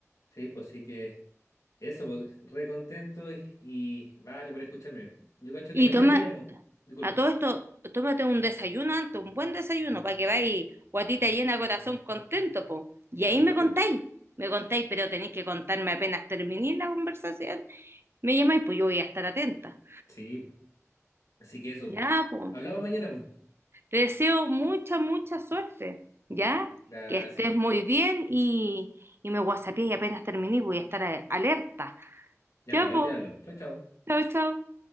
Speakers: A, on the left; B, on the right.
A: Sí, pues sí que. Eso, pues, re contento y, y vale por escucharme. Yo cacho
B: Y
A: que mañana
B: toma,
A: te llamo. Disculpa.
B: A todo esto, tómate un desayuno antes, un buen desayuno, para que vayas guatita llena, corazón contento, po.
A: Sí,
B: Y ahí me
A: pues.
B: contáis, me contáis, pero tenéis que contarme apenas terminéis la conversación. Me llamáis, pues yo voy a estar atenta.
A: Sí. po. Así que eso.
B: Ya,
A: po.
B: pues.
A: Hablamos mañana, pues.
B: Te deseo mucha, mucha suerte, ¿ya?
A: Gracias.
B: Que estés muy bien y, y me whatsappeé y apenas terminé voy a estar a- alerta.
A: Ya,
B: Ya,
A: pues ahí
B: pues.
A: te hablo. Chao, chao.
B: Chao, chao.